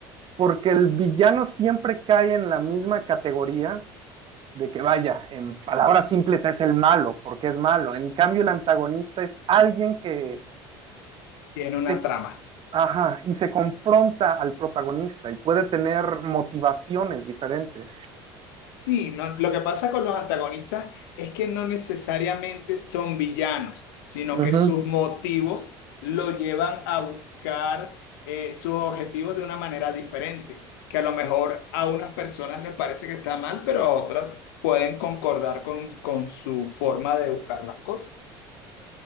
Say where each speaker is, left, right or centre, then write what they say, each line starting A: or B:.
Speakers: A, on the right; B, on the left.
A: porque el villano siempre cae en la misma categoría de que vaya, en palabras simples es el malo, porque es malo. En cambio, el antagonista es alguien que
B: Tiene una
A: se-
B: trama.
A: ajá, y se confronta al protagonista y puede tener motivaciones diferentes.
B: Sí, no, lo que pasa con los antagonistas es que no necesariamente son villanos, sino
A: Ujú.
B: que sus motivos lo llevan a buscar eh, sus objetivos de una manera diferente, que a lo mejor a unas personas les parece que está mal, pero a otras pueden concordar con, con su forma de buscar las cosas.